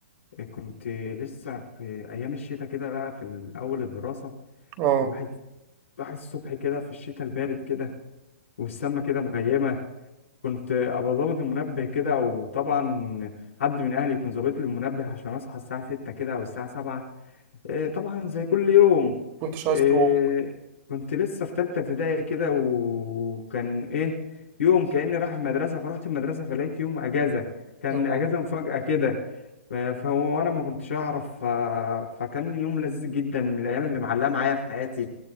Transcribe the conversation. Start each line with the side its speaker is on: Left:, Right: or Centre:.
Left: آه، كنت لسه في ايام الشتاء كده بقى في اول الدراسة
Right: آه
Left: الواحد راح الصبح كده في الشتاء البارد كده والسما كده مغيمة كنت ابقى ظابط المنبه كده وطبعا حد من اهلي يكون ظابط لي المنبه عشان اصحى الساعه 6 كده او الساعه 7 آه، طبعا زي كل يوم
Right: كنتش عايز
Left: آه،
Right: تقوم
Left: كنت لسه في تالتة ابتدائي كده وكان ايه يوم كأني رايح المدرسة فرحت المدرسة فلقيت يوم اجازة كان
Right: آه
Left: اجازة مفاجأة كده ف- فهو وانا ما كنتش اعرف ف- فكان يوم لذيذ جدا من الايام اللي معلقة معايا في حياتي